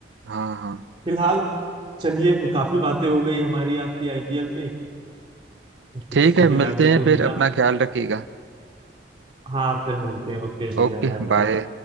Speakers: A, on the right (about 80°); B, on the right (about 30°).
A: हाँ हाँ
B: फिलहाल चलिए काफी बातें हो गई हमारी आपकी आईपीएल पे कुछ
A: ठीक
B: चीजें
A: है
B: जानने
A: मिलते
B: को
A: हैं फिर
B: मिला
A: अपना ख्याल रखिएगा
B: हाँ फिर मिलते हैं ओके भैया
A: Okay
B: बाय बाय
A: bye